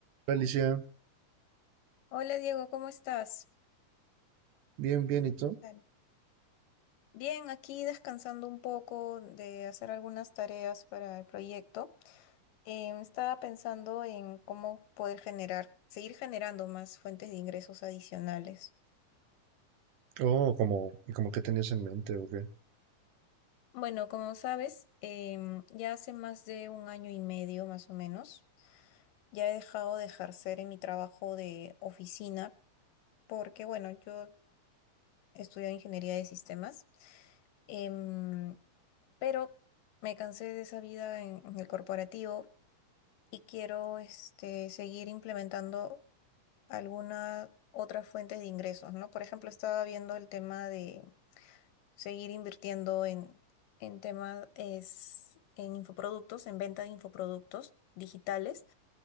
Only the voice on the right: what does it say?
Hola, Alicia,
bien, bien, ¿y tú?
Oh, como, ¿y como qué tenías en mente o qué?